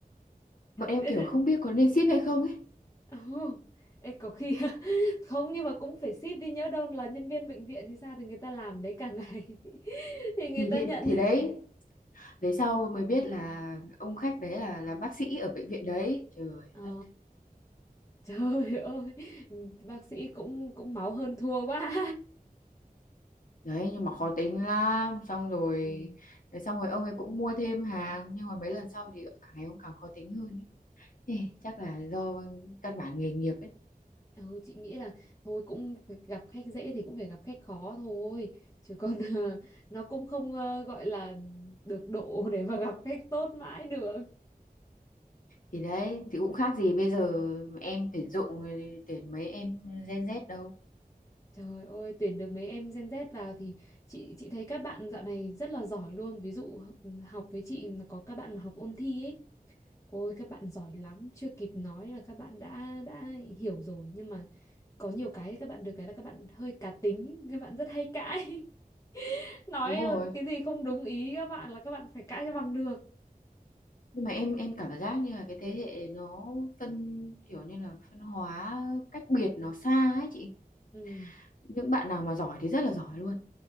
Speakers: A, on the left (about 20°); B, on the left (about 60°).
A: thật
B: bọn em
A: <laughs>
B: kiểu
A: đấy.
B: không biết có nên ship hay không ấy
A: ừ. Ê, có khi <laughs> không nhưng mà cũng phải ship đi nhỡ đâu là nhân viên bệnh viện thì sao thì người ta làm đấy cả ngày <laughs> thì người
B: thì
A: ta
B: thì
A: nhận
B: thì đấy về sau mới biết là ông khách đấy là là bác sĩ ở bệnh viện đấy trời
A: ờ
B: đất
A: trời ơi bác sĩ cũng cũng máu hơn thua quá
B: đấy nhưng mà khó tính lắm xong rồi
A: <laughs>
B: xong rồi ông ấy cũng mua thêm hàng nhưng mà mấy lần sau thì càng ngày ông càng khó tính hơn ấy. Ê,
A: ừ.
B: chắc là do căn bản nghề nghiệp ấy.
A: Ừ, chị nghĩ là thôi cũng gặp khách dễ thì cũng phải gặp khách khó thôi chứ còn <laughs> ờ, nó cũng không ờ, gọi là được độ <laughs> để mà gặp khách tốt mãi được
B: thì đấy thì cũng khác gì bây giờ em tuyển dụng rồi tuyển mấy em Gen Z đâu
A: trời ơi tuyển được mấy em Gen Z vào thì chị chị thấy các bạn dạo này rất là giỏi luôn ví dụ học với chị mà có các bạn mà học ôn thi ấy ôi các bạn giỏi lắm chưa kịp nói là các bạn đã đã hiểu rồi nhưng mà có nhiều cái các bạn được cái là các bạn hơi cá tính các bạn rất hay cãi <laughs> nói
B: đúng rồi
A: cái gì không đúng ý các bạn là các bạn phải cãi cho bằng được
B: nhưng mà em em cảm giác như là cái thế hệ nó phân kiểu như là phân hóa cách biệt nó xa ấy chị
A: ừ
B: những bạn nào mà giỏi thì rất là giỏi luôn